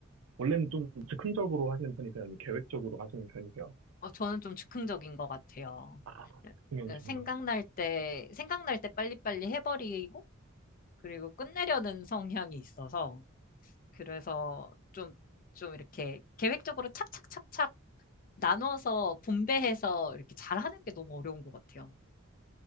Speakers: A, on the right; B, on the left.
A: 원래는 좀 즉흥적으로 하시는 편이세요? 아니면 계획적으로 하시는 편이세요?
B: 어, 저는 좀 즉흥적인 것 같아요.
A: 아, 즉흥형이시구나.
B: 네, 생각날 때 생각날 때 빨리빨리 해버리고 그리고 끝내려는 성향이 있어서 그래서 좀 좀 이렇게 계획적으로 착착착착 나눠서 분배해서 이렇게 잘하는 게 너무 어려운 것 같아요.